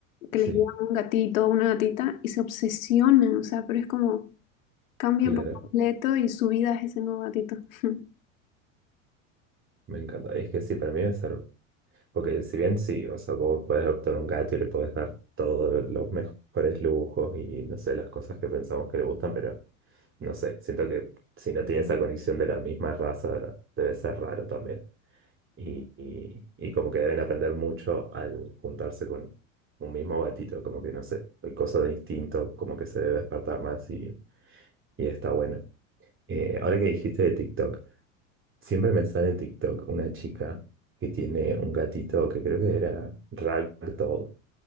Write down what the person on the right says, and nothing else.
sí,
claro.
Me encanta. Es que sí, para mí debe ser. Porque si bien sí, o sea, vos podés adoptar un gato y le podés dar todos los mejores lujos y no sé, las cosas que pensamos que le gustan, pero no sé, siento que si no tiene esa conexión de la misma raza, debe ser raro también. y, y- y como que deben aprender mucho al juntarse con un mismo gatito, como que no sé, hay cosas de instinto, como que se debe despertar más y, y está bueno. Eh, ahora que dijiste de TikTok, siempre me sale en TikTok una chica que tiene un gatito que creo que era Ragdoll,